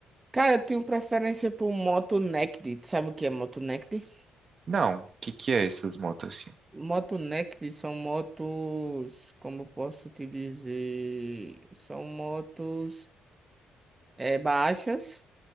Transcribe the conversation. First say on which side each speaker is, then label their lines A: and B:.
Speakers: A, on the right (about 20°); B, on the right (about 45°).
A: Cara, eu tenho preferência por moto naked. Sabe o que é moto naked?
B: Não, o que que é essas motos assim?
A: Moto Naked são motos, como eu posso te dizer, são motos eh, baixas,